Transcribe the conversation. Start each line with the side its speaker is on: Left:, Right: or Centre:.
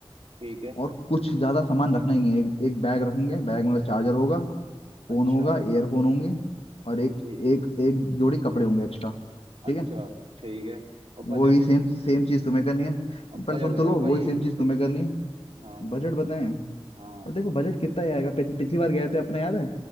Right: ठीक है
Left: और कुछ ज्यादा सामान रखना ही नहीं है एक, एक बैग रखेंगे बैग में बस चार्जर होगा फोन
Right: अच्छा
Left: होगा एयरफोन होंगे और एक
Right: ठीक
Left: एक एक जोड़ी कपड़े होंगे एक्स्ट्रा
Right: अच्छा
Left: ठीक है
Right: ठीक है और
Left: वही
Right: बजट
Left: सेम सेम चीज तुम्हें करनी है
Right: अब
Left: पहले
Right: बजट
Left: सुन
Right: बताओ
Left: तो लो
Right: भाई
Left: वही सेम चीज तुम्हें करनी है
Right: हाँ बताओ
Left: बजट बताएं
Right: हाँ
Left: और देखो बजट कितना ही आएगा पिछ, पिछली बार गए थे अपना याद है